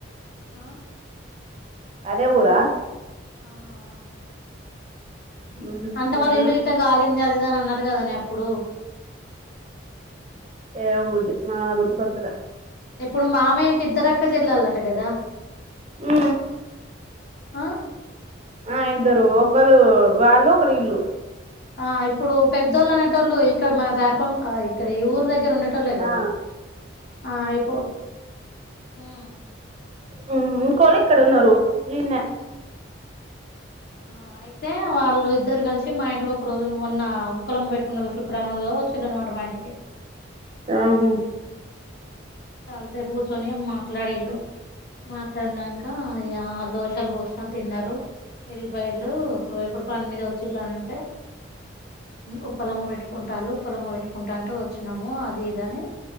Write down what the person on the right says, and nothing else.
అదే ఊరా
ఉహు
ఏమో
ఏమో బుజ్జి మన గుర్తు కొతలే
హు
ఆ ఇద్దరు ఒకలు వాళ్ళు ఒకలు ఇల్లు
ఆ
హు ఇంకోలు ఎక్కడున్నారు ఇన్నే
ఆహో